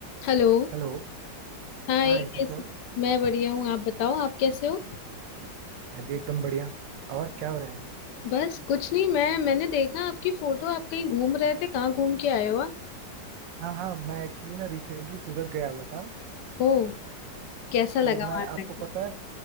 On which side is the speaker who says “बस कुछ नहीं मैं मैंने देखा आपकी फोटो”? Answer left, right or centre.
Left